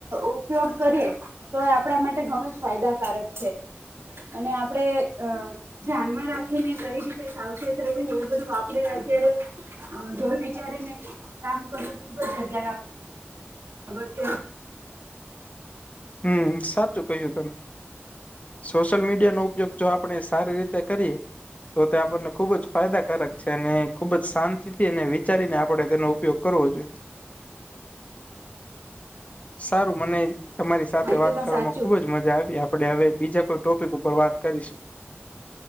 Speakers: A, on the right; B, on the left.
A: ઉપયોગ કરીએ. તો એ આપણા માટે ઘણો જ ફાયદાકારક છે અને આપડે. અ ધ્યાનમાં રાખીને કઈ રીતે સાવચેત રહેવું હોય એ બધું આપડે અત્યારે. જોય વિચારી ને કામ કરવું ખુબ જ હ્યારે. અધ્યા.
B: હમ સાચું કહ્યું તમે. સોશિયલ મીડિયા નો ઉપયોગ જો આપણે સારી રીતે કરી. તો તે આપણને ખુબ જ ફાયદાકારક છે અને ખુબ જ શાંતિ થી અને વિચારીને આપણે તેનો ઉપયોગ. કરવો જોઈએ સારું મને. તમારી સાથે
A: હા એ
B: વાત
A: તો તમે
B: કરવામાં
A: સાચું
B: ખુબ જ મજા આવી આપણે હવે બીજા કોઈ ટોપિક ઉપર વાત કરીશું.